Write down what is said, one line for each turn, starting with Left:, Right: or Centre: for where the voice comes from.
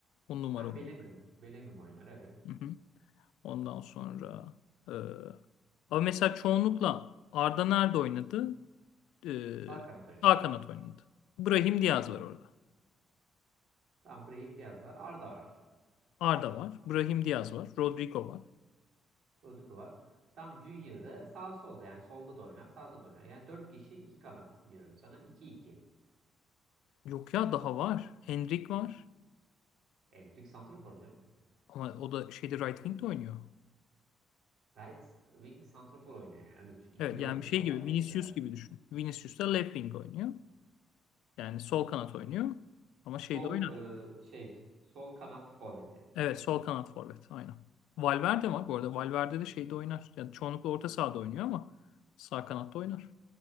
Left: on numara
Right: Ha
Left: olarak.
Right: Bellingham. Bellingham oynar evet.
Left: Hı hı. Ondan sonra e, ama mesela çoğunlukla Arda nerede oynadı? E,
Right: Sağ kanat oynadı.
Left: sağ kanat oynadı. Brahim Diaz var orada.
Right: Tamam Brahim Diaz var. Arda var.
Left: Arda var. Brahim Diaz var. Rodrigo var.
Right: Rodrigo var. Tam Junior'da sağ solda yani solda da oynar sağda da oynar. Yani 4 kişi iki kanat diyorum sana iki iki.
Left: Yok ya daha var. Endrick var.
Right: Endrick santrafor canım.
Left: Ama o da şeyde right wing'de oynuyor.
Right: Right wing santrafor oynuyor yani öyle düşün. İkili
Left: Evet yani
Right: oynuyor
Left: şey
Right: Mbappe
Left: gibi Vinicius
Right: ile beraber.
Left: gibi düşün. Vinicius da left wing oynuyor. Yani sol kanat oynuyor. Ama şeyde
Right: Sol
Left: oynar.
Right: e, şey sol kanat forveti.
Left: Evet sol kanat forvet aynen. Valverde var bu arada. Valverde de şeyde oynar. Yani çoğunlukla orta sahada oynuyor ama sağ kanatta oynar.